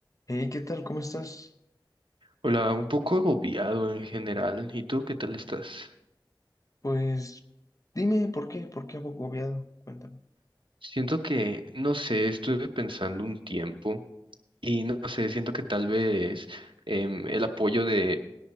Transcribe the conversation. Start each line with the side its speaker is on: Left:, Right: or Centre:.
Left: Hey, ¿qué tal? ¿Cómo estás?
Right: Hola, un poco agobiado en general. ¿Y tú qué tal estás?
Left: Pues dime, ¿por qué? ¿Por qué agobiado? Cuéntame.
Right: Siento que, no sé, estuve pensando un tiempo y no sé, siento que tal vez em, el apoyo de